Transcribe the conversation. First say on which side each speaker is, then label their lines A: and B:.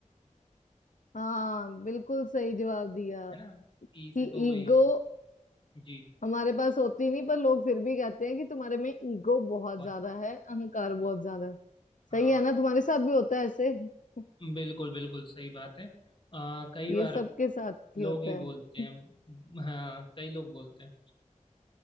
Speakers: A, on the left; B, on the left.
A: हाँ बिल्कुल सही जवाब दिया
B: है ना ई
A: कि
B: से तो वही
A: ईगो
B: है जी
A: हमारे पास होती नहीं पर लोग फिर भी कहते हैं कि तुम्हारे में ईगो बहुत
B: बहुत
A: ज्यादा है अहंकार बहुत ज्यादा है
B: हाँ
A: सही है ना तुम्हारे साथ भी होता है ऐसे <laughs>
B: बिल्कुल बिल्कुल सही बात है अ, कई
A: ये
B: बार
A: सबके साथ ही
B: लोग
A: होता
B: ही बोलते
A: है
B: हैं हाँ कई लोग बोलते हैं